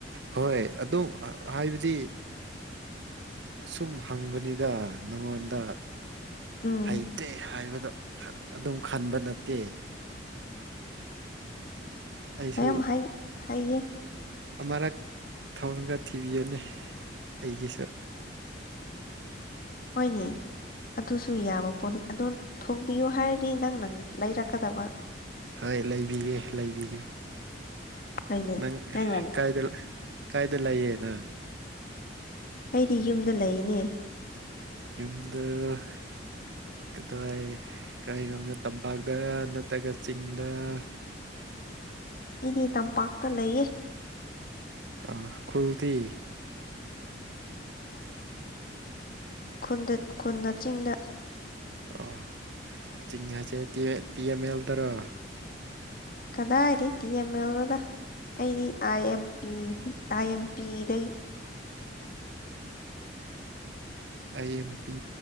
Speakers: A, on the right; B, on the left.
A: ꯍꯣꯏ ꯑꯗꯨꯝ ꯍꯥꯏꯕꯗꯤ ꯁꯨꯝ ꯍꯪꯕꯅꯤꯗ ꯅꯉꯣꯟꯗ
B: ꯎꯝ
A: ꯍꯩ ꯇꯦ ꯍꯥꯏꯕꯗꯣ ꯑꯗꯨꯝ ꯈꯟꯕ ꯅꯠꯇꯦ ꯑꯩꯁꯨ
B: ꯌꯥꯝ ꯍꯩ ꯍꯩꯌꯦ
A: ꯑꯃꯔꯛ ꯊꯣꯡꯔꯒ ꯊꯤꯕꯤꯌꯨꯅꯤ ꯑꯩꯒꯤꯁꯨ
B: ꯍꯣꯏꯅꯦ ꯑꯗꯨꯁꯨ ꯌꯥꯕ ꯄꯣꯠꯅꯤ ꯑꯗꯣ ꯊꯣꯡꯕꯤꯌꯨ ꯍꯥꯏꯔꯗꯤ ꯅꯪ ꯅꯪ ꯂꯩꯔꯛꯀꯗꯕ
A: ꯍꯣꯏ ꯂꯩꯕꯤꯒꯦ ꯂꯩꯕꯤꯒꯦ
B: ꯍꯣꯏꯅꯦ
A: ꯅꯪ
B: ꯅꯪꯅ
A: ꯀꯥꯏꯗ ꯀꯥꯏꯗ ꯂꯩꯌꯦꯅ
B: ꯑꯩꯗꯤ ꯌꯨꯝꯗ ꯂꯩꯅꯦ
A: ꯌꯗ ꯀꯗꯋꯥꯏ ꯀꯔꯤꯔꯣꯝꯗ ꯇꯝꯄꯥꯛꯇꯔ ꯅꯠꯇ꯭ꯔꯒ ꯆꯤꯡꯗꯔ
B: ꯑꯩꯗꯤ ꯇꯝꯄꯥꯛꯇ ꯂꯩꯌꯦ
A: ꯑ ꯈꯜꯇ
B: ꯎꯟꯗ ꯈꯨꯟꯅ ꯆꯤꯡꯗ
A: ꯑꯣ ꯆꯤꯡ ꯍꯥꯏꯁꯦ ꯇ ꯇꯤ ꯑꯦꯝ ꯑꯦꯜꯗꯔꯣ
B: ꯀꯗꯥꯏꯗꯒꯤ ꯇꯤ ꯑꯦꯝ ꯑꯦꯜꯔꯗ ꯑꯩꯗꯤ I M P I M ꯄꯤꯗꯩ
A: ꯑꯥꯏ ꯑꯦꯝ ꯄꯤ